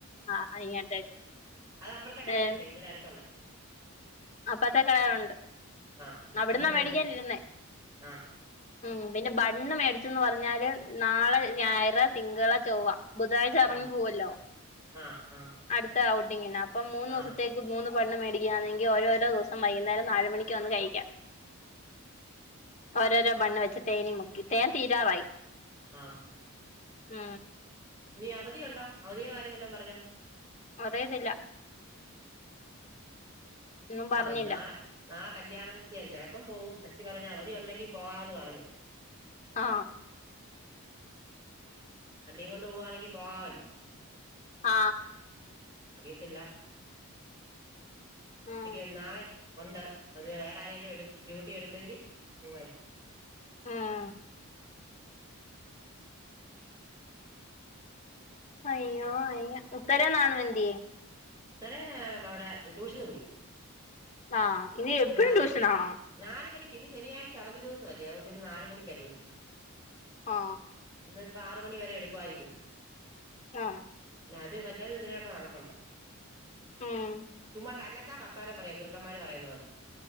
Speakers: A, on the left; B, on the right.
A: ആഹ് അതിങ്ങോട്ടച്ചു
B: അത് അപ്പുറത്തെ കടയിലില്ലേ
A: ഏ
B: നിങ്ങളുടെ അടുത്തുള്ളേ
A: അപ്പത്ത കിണണുണ്ട്
B: ആഹ് അതവിടുന്ന്
A: അവിടുന്നാ മേടിക്കാനിരുന്നേ
B: മേടിച്ചോ ആഹ്
A: ഉം പിന്നെ ബണ്ണ് മേടിച്ചന്ന് പറഞ്ഞാല് നാളെ ഞായറ തിങ്കള ചൊവ്വ ബുധനാഴ്ച ഇറങ്ങി
B: ആഹ്
A: പോവല്ലോ
B: ആഹ് ആഹ്
A: അടുത്ത ഔട്ടിങ്ങിന് അപ്പം മൂന്ന്
B: ആഹ്
A: ദിവസത്തേക്ക് മൂന്ന് ബണ്ണ് മേടിക്കുകയാെങ്കി ഓരോരോ ദിവസം വൈകുന്നരം നാലുമണിക്ക് വന്ന് കഴിക്കാം
B: ഉം <inaudible>
A: ഓരോരോ ബണ്ണ് വെച്ച് തേനി മുക്കി തേൻ തീരാറായി
B: ആ
A: ഉം
B: ഇനി അവധിയുണ്ടോ അവധിയുടെ കാര്യം വല്ലോം പറഞ്ഞോ
A: അറിയത്തില്ല ഒന്നും പറഞ്ഞില്ല
B: ആ നാളെ നാളെ കല്യാണം നിച്ചയം ചെലപ്പം പോവും അച്ചി പറഞ്ഞു അവധി ഉണ്ടെങ്കി പോവാന്ന് പറഞ്ഞു
A: ആ
B: വണ്ടിയും കൊണ്ട് പോവാണെങ്കിൽ പോവാമല്ലോ
A: ആ
B: അറിയത്തില്ല
A: ഉം
B: എനിക്ക് നാളെ ഉണ്ട് അത് വേറെ ആരേലും എടു ഡ്യൂട്ടി എടുത്തെങ്കി പോവാരിക്കും
A: ഉം
B: ഉം പിന്നെ
A: അയ്യോ അയ്യ ഉത്തരം നാണ് വെന്തിയേ
B: ഉത്തര അവിടെ ട്യൂഷന് പോയി
A: ആ ഇനി
B: ഇന്ന്
A: എപ്പിഴും
B: നാല്
A: ട്യൂഷൻ ആണോ
B: നാല് മണിക്ക് ഇന്ന് ശനിയാഴ്ച അവധി ദിവസം അല്ലേ അതുകൊണ്ട് ഇന്ന് നാല് മണിക്കാ ട്യൂഷൻ
A: ആ
B: ഇന്ന് ഇപ്പ ആറ് മണി വരെ എടുക്കുവാരിക്കും
A: ആഹ്
B: പിന്നത് മറ്റേത് ഇതിലേക്കെ നടപ്പുണ്ട്
A: ഉം
B: ചുമ്മാ തന്നെത്താൻ വർത്തമാനം പറയാ ചെ റുക്കന്മാര് പറയുന്ന പോലെ